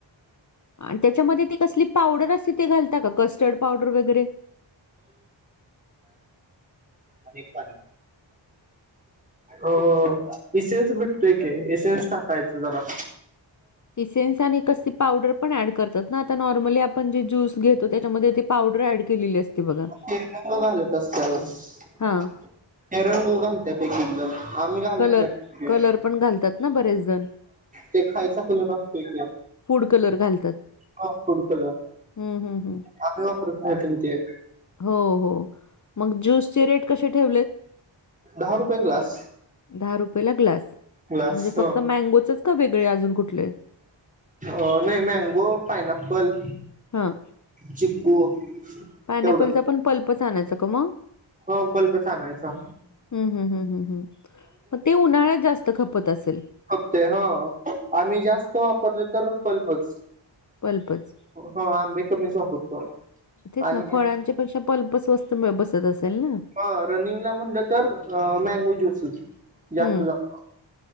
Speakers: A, on the left; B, on the right.
A: आणि त्याच्यामध्ये ते कसली पावडर असते ते घालताात का कस्टर्ड पावडर वगैरे.
B: अनेक पाणी. अ इसेनस भेटतोय की इके इसेनस टाक टायच जरा.
A: इसेन्स आणि कसली पावडर पण ऍड करतात ना आता नॉर्मली आपण जे ज्यूस घेतो त्याच्यामध्ये ते. पावडर ऍड केलेली असते. बघा.
B: ते रंग घालत असतला
A: हां.
B: ते रंग घालत्या एकेक जण. आम्ही घालत
A: कलर
B: नाही
A: कलर पण घालतात ना बरेच जण.
B: ते खायचं खुलंक असतोय की.
A: फूड कलर घालतात
B: वापरू सगळं
A: हम्म हम हम.
B: आम्ही वापरत नाही पण ते.
A: हो हो मग ज्यूसचे रेट कसे ठेवलेत.
B: दहा रुपये ग्लास.
A: दहा रुपयेला ग्लास
B: ग्लास
A: म्हणजे फक्त मँगोचच का वेगळे अजून कुठले.
B: अ नाही मँगो पायनॅप्पल.
A: हां
B: चिक्कू.
A: पायनॅपलचा
B: तेवढं
A: पण पल्पच आणायचं का मग.
B: ह पल्प च आणायचा.
A: हम हम हम हम पण ते उन्हाळ्यात जास्त खपत असेल.
B: हप्ते ह आम्ही जास्त वापरले तर पल्पच.
A: पलपच.
B: ह आंबे कमीच वापरतो.
A: तेच
B: आणि
A: ना फळांच्या पेक्षा पल्प स्वस्त बसत असेल ना.
B: ह रनिंगला म्हणल तर मँगो ज्यूसच जास्त
A: हम्म
B: जातो.